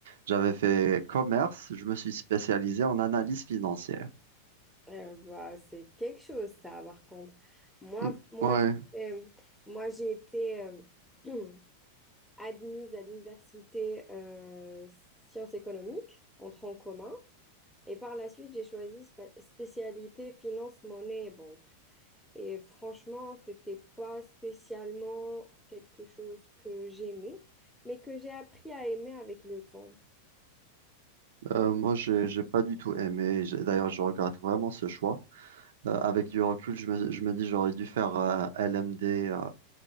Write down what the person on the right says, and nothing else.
J'avais fait commerce, je me suis spécialisé en analyse financière.
Mm,
Ouais,
euh, moi, j'ai, j'ai pas du tout aimé. J'ai- D'ailleurs, je regrette vraiment ce choix. Euh, avec du recul, je me, je me dis j'aurais dû faire euh, LMD euh,